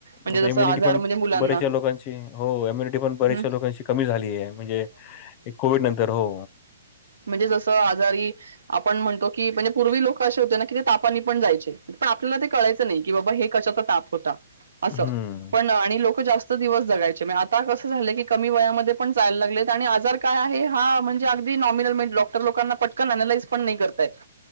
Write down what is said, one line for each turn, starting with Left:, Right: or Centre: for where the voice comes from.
Right: म्हणजे
Left: आता
Right: जस
Left: इम्युनिटी
Right: आजार
Left: पण
Right: म्हणजे मुलांना,
Left: बऱ्याचशा लोकांची हो इम्युनिटी पण बऱ्याचशा
Right: हम.
Left: लोकांची कमी झालीय, म्हणजे कोविड नंतर हो.
Right: म्हणजे जसं आजारी आपण म्हणतो की म्हणजे पूर्वी लोक असे होते ना... की ते तापानी पण जायचे... पण आपल्याला ते कळायचं नाही... की बाबा हे कशाचा ताप होता... असं...
Left: हम्म
Right: पण आणि लोक जास्त दिवस जगायचे. आता कसं झालं की... कमी वयामध्ये पण जायला लागलेत आणि आजार काय आहे हा म्हणजे अगदी नॉमिनल की डॉक्टर लोकांना पटकन अनालाईज पण नाही करता येत.